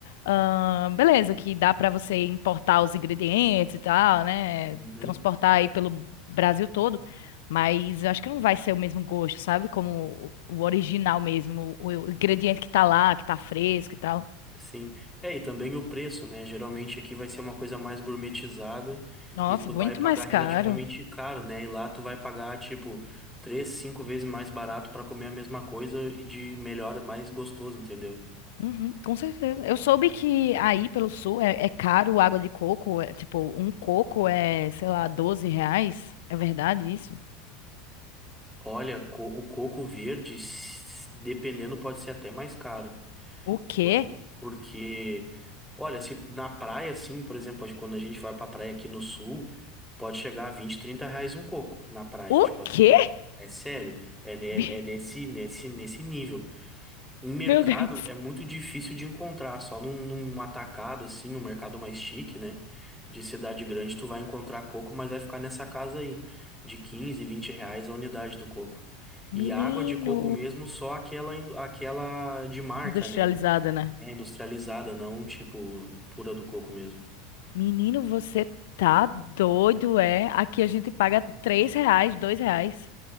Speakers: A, on the left; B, in the centre.
A: ah, beleza, que dá pra você importar os ingredientes e tal, né?
B: Uhum.
A: Transportar aí pelo Brasil todo, mas eu acho que não vai ser o mesmo gosto, sabe? Como o o original mesmo, o o ingrediente que tá lá, que tá fresco e tal.
B: Sim. É, e também o preço, né? Geralmente aqui vai ser uma coisa mais gourmetizada
A: Nossa,
B: e tu
A: muito
B: vai pagar
A: mais
B: relativamente
A: caro.
B: caro, né? E lá tu vai pagar, tipo, três, cinco vezes mais barato pra comer a mesma coisa e de melhor, mais gostoso, entendeu?
A: Uhum, com certeza. Eu soube que aí pelo sul é, é caro água de coco. é, tipo, um coco é, sei lá, 12 reais. É verdade isso?
B: Olha, co- o coco verde, s- dependendo, pode ser até mais caro.
A: O quê?
B: Por- Porque, olha, se na praia, assim, por exemplo, quando a gente vai pra praia aqui no sul, pode chegar a 20 30 reais um coco na praia,
A: O
B: tipo assim.
A: quê?
B: É sério, é, ne-
A: <laughs>
B: é nesse, nesse, nesse nível. Em mercado
A: Meu Deus.
B: é muito difícil de encontrar, só num, num atacado assim, um mercado mais chique, né? De cidade grande, tu vai encontrar coco, mas vai ficar nessa casa aí, de 15, 20 reais a unidade do coco. E
A: Menino.
B: água de coco mesmo, só aquela, indu- aquela de marca,
A: Industrializada,
B: né?
A: né?
B: É industrializada, não tipo pura do coco mesmo.
A: Menino, você tá doido, é? Aqui a gente paga 3 reais, 2 reais.